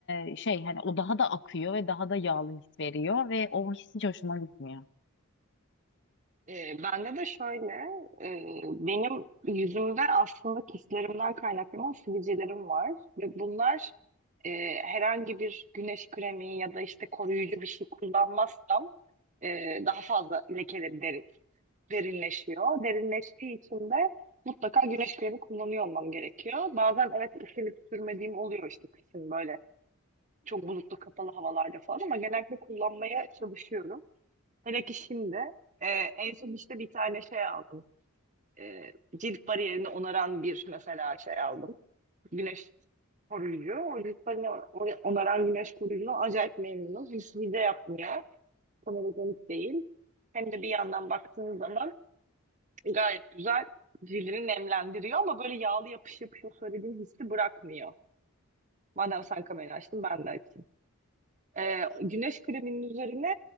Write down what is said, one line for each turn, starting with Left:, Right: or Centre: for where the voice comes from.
Left: e, şey hani o daha da akıyor ve daha da yağlı his veriyor ve o his hiç hoşuma gitmiyor.
Right: Ee, bende de şöyle, e, benim yüzümde aslında kistlerimden kaynaklanan sivilcelerim var ve bunlar e, herhangi bir güneş kremi ya da işte koruyucu bir şey kullanmazsam e, daha fazla lekeleri derin, derinleşiyor. Derinleştiği için de mutlaka güneş kremi kullanıyor olmam gerekiyor. Bazen evet üşenip sürmediğim oluyor işte kışın böyle çok bulutlu kapalı havalarda falan ama genellikle kullanmaya çalışıyorum. Hele ki şimdi. Ee, en son işte bir tane şey aldım e, cilt bariyerini onaran bir mesela şey aldım. Güneş koruyucu. O cilt bariyerini o- onaran güneş koruyucuna acayip memnunum. Hiç hile yapmıyor. Fotojenik değil. Hem de bir yandan baktığınız zaman gayet güzel cildini nemlendiriyor ama böyle yağlı yapış yapış o söylediğim hissi bırakmıyor. Madem sen kamerayı açtın ben de açayım. Ee, güneş kreminin üzerine